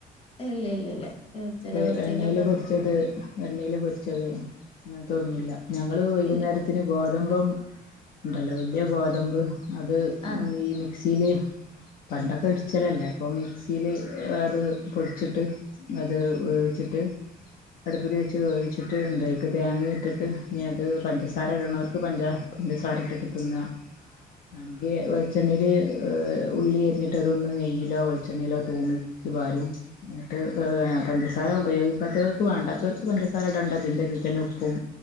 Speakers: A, on the left; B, on the left.
A: ഇല്ല ഇല്ല ഇല്ല ഉച്ച
B: ഇപ്പൊ
A: ഉച്ചക്കത്തെ
B: എണ്ണയില് പൊരിച്ചത് എണ്ണയില് പൊരിച്ചത് അങ്ങത്ത ഒന്നു ല്ല ഞങ്ങള് വൈകുന്നേരത്തിന്
A: ഇല്ല
B: ഗോതഭം ണ്ടല്ലോ വല്യയ ഗോതമ്പ് അത്
A: ആഹ്
B: ഈ മി സീല് പണ്ടൊക്കെ ഇടിച്ചല്ലല്ലേ ഇപ്പം മിക്സീല് അത് പൊടിച്ചിട്ട് ത് വെവിച്ച്ട്ട് അടുപ്പത് വെച്ച് വേവിച്ചിട്ട് ഉണ്ടക്ക തേങ്ങ ഇട്ടിട്ട് ഇനി അത് പഞ്ചസാര ഇടന്നോർക്ക് പഞ്ചാ പഞ്ചസാര ഇട്ട്ട്ട് തിന്ന വാണെങ്കി വെളിച്ചെണ്ണയില് ഉള്ളി എരിഞ്ഞിട്ട് അതൊന്ന് നെയ്യിലോ വെളിച്ചെണ്ണയിലോ തൂമി ച്ച് പാരും ഞ്ഞ്ട്ട് <unintelligible> പഞ്ചസാര ഉപയോഗിക്കാത്തവർക്ക് വാണ്ടാത്തോർക്ക് പഞ്ചസാര ഇടണ്ട ഇതിൻ്റെ ഇതിതന്നെ ഉപ്പും